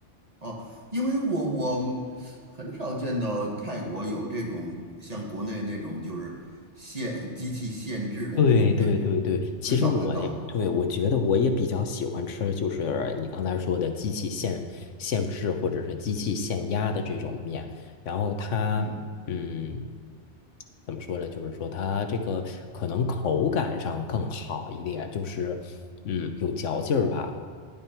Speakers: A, on the right (about 35°); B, on the left (about 85°).
A: 哦，因为我我很少见到泰国有这种像国内那种就是现机器现制的那种面条儿
B: 对对对对，其实我呢，
A: 很少看到，
B: 对，我觉得我也比较喜欢吃，就是你刚才说的机器现现制或者是机器现压的这种面，然后它，
A: 嗯。
B: 嗯，怎么说呢？就是说它这个可能口感上更好一点，就是，嗯，有嚼劲儿吧。